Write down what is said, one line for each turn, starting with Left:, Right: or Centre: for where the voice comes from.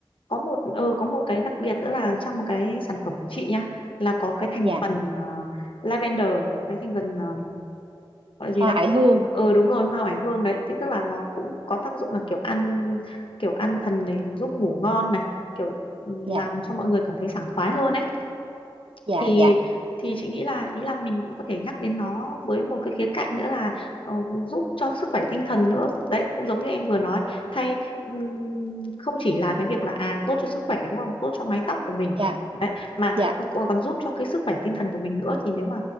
Left: có một ờ có một cái đặc biệt nữa là trong cái sản phẩm của chị nhá là có cái thành
Right: Dạ,
Left: phần ờ, lavender cái thành phần ờ, gọi gì
Right: hoa
Left: ta
Right: oải hương.
Left: ờ đúng rồi hoa oải hương đấy thế tức là nó cũng có tác dụng là kiểu ăn kiểu ăn thần này giúp ngủ ngon này kiểu ừ,
Right: Dạ,
Left: làm cho mọi người cảm thấy sảng khoái hơn ấy
Right: dạ,
Left: thì
Right: dạ,
Left: thì chị nghĩ là ý là mình cũng có thể nhắc đến nó với một cái khía cạnh nữa là ờ, giúp cho sức khỏe tinh thần nữa đấy cũng giống như em vừa nói thay ừm, không chỉ là cái việc là à tốt cho sức khỏe đúng không tốt cho mái tóc của mình
Right: dạ,
Left: đấy mà
Right: dạ,
Left: còn còn giúp cho cái sức khỏe tinh thần của mình nữa thì nếu mà